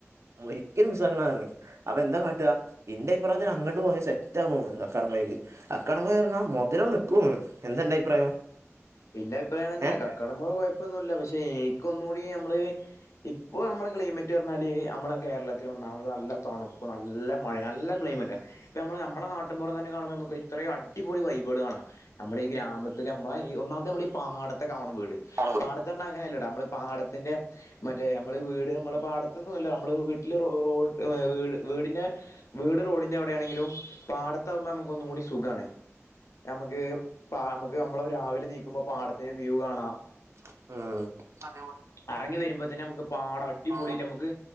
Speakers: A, on the right; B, on the left.
A: ഒരിക്കലും മിസ്സാക്കണറഞ്ഞെ. അപ്പൊ എന്താ കാട്ടാ ഇന്റെ അഭിപ്രായത്തിന് അങ്ങട്ട് പോയാ സെറ്റന്ന് തോന്നണു കക്കാടം പോയേക്ക് ആഹ് <unintelligible> മധുരം നിക്ക് എന്തന്റെ അഭിപ്രായം
B: പിന്നെ ഭിപ്രായന്നെണ്
A: ഏഹ്
B: കക്കടം പോ കൊഴപ്പൊന്നുല്ല പക്ഷെ എനിക് ഒന്നുടി ഞമ്മള് ഇപ്പൊ നമ്മളെ ക്ലൈമറ്റ് ന്നാല് നമ്മള കേരള ൽ ഒന്നാമത് നല്ല തണുപ്പ് നല്ല മഴ നല്ല ക്ലൈമറ്റ് ഇപ്പ നമ്മള് നമ്മ നാട്ടിപുറം തന്നെ കാണുമ്പോ നമുക്കൊ ഇത്രയും അടിപൊളി വൈബള് കാണാം. ഞമ്മളെ ഈ ഗ്രാമത്തൊക്കെ ഞമ്മളെ ഒന്നാമത്തെ നമ്മുടെ ഈ പാടത്തക്കാവണ വീട്.
A: ഉം
B: പാടത്തെ പറ്ഞ്ഞ അങ്ങനെല്ലടാ നമ്മള് പാടത്തിന്റെ മറ്റേ നമ്മള് വീട് നമ്മളെ പാട ന്നല്ല നമ്മള് വീട്ടില് റോട് വീട് വീടിന്റെ വീട് റോഡിന്റെ അവിടെണെങ്കിലും പാടത്താകുമ്പോ നമക്ക് ഒന്നുകൂടി സുഖാണ് നമ്മക്ക് പാ നമുക്ക് നമ്മള രാവിലെണിക്കുമ്പോ പാടത്തിന്റെ വ്യൂ കാണാം.
A: ഉം
B: പറങ്ങി വരുമ്പോ തന്നെ നമുക്ക് പാടം അടിപൊളിറ്റ്
A: പാടം
B: ഞമ്മക്ക്